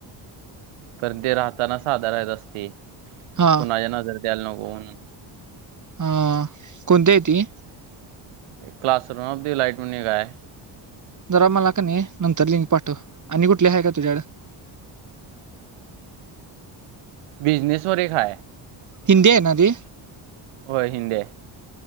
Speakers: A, on the right (about 80°); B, on the right (about 35°).
A: तर ते राहताना साधं रात असतंय,
B: हा
A: कुणाच्या नजरेतं यायला नको म्हणून.
B: हा कोणत्या यती.
A: क्लासरूमातली लाइट म्हणून एक हाय.
B: जरा मला की नई नंतर लिंक पाठव. आणि कुठली हाय का तुझ्याकडं?
A: बिझनेस वर एक हाय.
B: हिंदी हाय ना ती?
A: व्हयं हिंदी हाय.